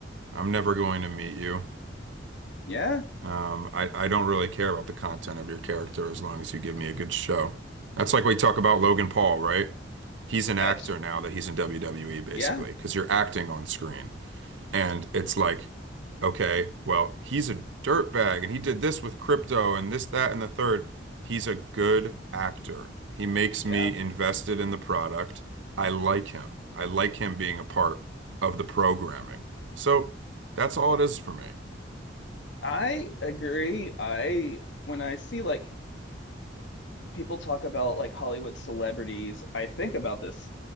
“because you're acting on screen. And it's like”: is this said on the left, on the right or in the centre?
Right